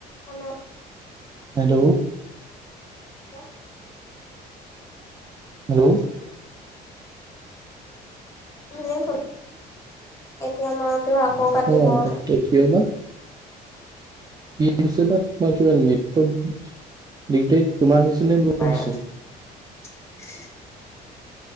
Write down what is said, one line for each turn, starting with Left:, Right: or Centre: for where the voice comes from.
Left: Hello.
Right: Hello.
Left: Hello.
Right: Hello.
Left: এনেই গ'ল এতিয়া মাৰতো আকৌ কাটি
Right: অ
Left: গ'ল।
Right: তাকে কিয় বা। কি হৈছে বা তোমাৰ কিবা নেটৱৰ্ক দিগদাৰ তোমাৰ হৈছে নে মোৰ
Left: পাৰে
Right: হৈছে।
Left: <inaudible>